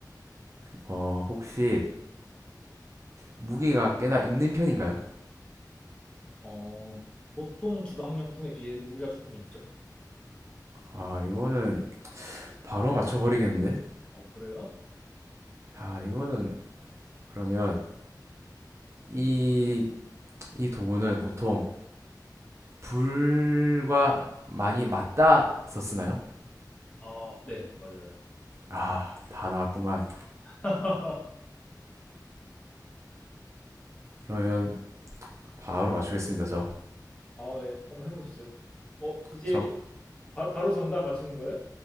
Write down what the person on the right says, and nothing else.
어, 혹시 무게가 꽤나 있는 편인가요?
아, 이거는 바로 맞춰버리겠는데?
야, 이거는 그러면 이, 이 도구는 보통 불과 많이 맞닿아서 쓰나요?
아, 다 나왔구만.
그러면 바로 맞추겠습니다, 저.
저,